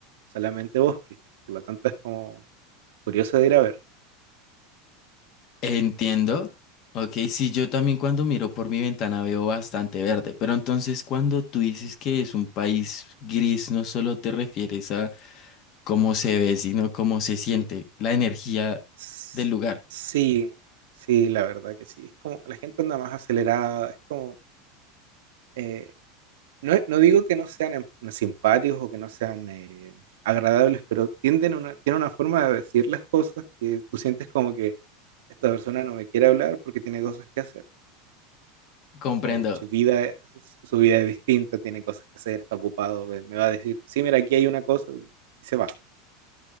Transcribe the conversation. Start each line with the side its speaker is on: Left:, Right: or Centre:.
Right: solamente bosque. Por lo tanto es como curioso de ir a ver.
Left: Entiendo. Ok, sí, yo también cuando miro por mi ventana veo bastante verde, pero entonces cuando tú dices que es un país gris, no solo te refieres a cómo se ve, sino cómo se siente, la energía
Right: S-
Left: del lugar.
Right: Sí, sí, la verdad que sí. Es como la gente anda más acelerada, es como eh, No, no digo que no sean em- simpáticos o que no sean eh, agradables, pero tienden a una, tienen una forma de decir las cosas que tú sientes como que esta persona no me quiere hablar porque tiene cosas que hacer,
Left: Comprendo.
Right: o su vida es, su vida es distinta, tiene cosas que hacer, está ocupado, me, me va a decir, sí, mira, aquí hay una cosa, y se va.